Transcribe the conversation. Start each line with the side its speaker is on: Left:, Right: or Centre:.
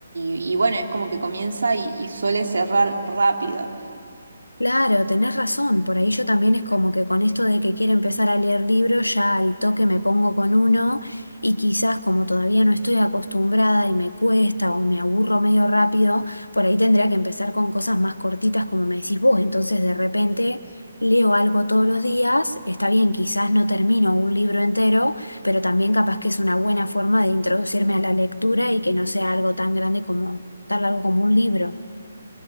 Right: y- y bueno, es como que comienza y, y suele cerrar rápido.
Left: Claro, tenés razón. Por ahí yo también es como que con esto de que quiero empezar a leer libros, ya al toque me pongo con uno y quizás como todavía no estoy acostumbrada y me cuesta o me aburro medio rápido, por ahí tendría que empezar con cosas más cortitas como me decís vos. Entonces de repente leo algo todos los días. Está bien, quizás no termino un libro entero, pero también capaz que es una buena forma de introducirme a la lectura y que no sea algo tan grande como, tan largo como un libro.